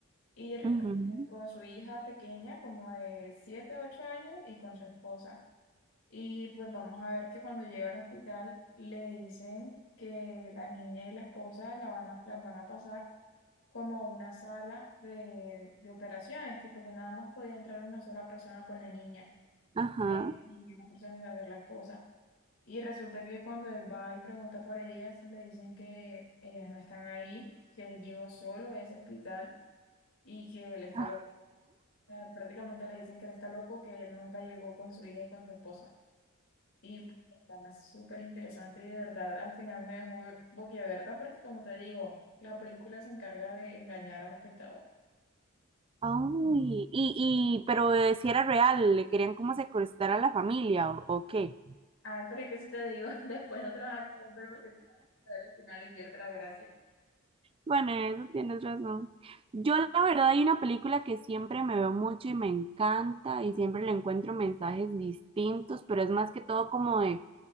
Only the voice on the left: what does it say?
y r-
eh, con su hija pequeña como de 7 o 8 años y con su esposa. Y pues vamos a ver que cuando llega al hospital le dicen que la niña y la esposa la van a, las van a pasar como a una sala de, de operaciones, tipo que nada más podía entrar una sola persona con la niña
eh, y la persona iba a ser la esposa. Y resulta que cuando él va y pregunta por ellas, le dicen que ellas no están ahí, que él llegó solo a ese hospital y que él está
loco. O sea, Prácticamente le dicen que él está loco, que él nunca llegó con su hija y con su esposa. Y pues, el programa es súper interesante y de verdad al final me dejó boquiabierta porque como te digo, la película se encarga de engañar al espectador.
Ay, pero es que si te digo, <laughs> después no te la vas a querer ver porque te vas a ver al final y pierde la gracia.